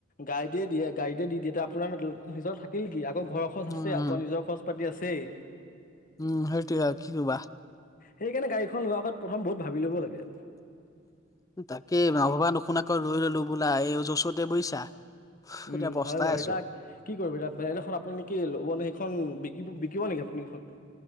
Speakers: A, on the left; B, on the left.
A: গাড়ীতে দিয়ে, গাড়ীতে দি দিয়ে আপোনালৈ নিজৰ থাকিল কি আকৌ ঘৰৰ খৰচ
B: উম
A: আছে, আপোনাৰ
B: উম
A: নিজৰ খৰচ পাতি আছেই।
B: উম, সেইটোয়ে আৰু কি ক'বা।
A: সেইকাৰণে গাড়ীখন লোৱাৰ আগত প্ৰথম বহুত ভাবি ল'ব লাগে।
B: তাকে নভবা নোশুনাকে লৈ ল'লোঁ বোলা এই য'চত এতিয়া বুজিছা,
A: উম
B: এতিয়া পস্তাই
A: হয় বাৰু
B: আছোঁ।
A: এতিয়া কি কৰিব এতিয়া বেলেগ এখন আপুনি ল'ব নে সেইখন বিকিব নেকি আপুনি এইখন?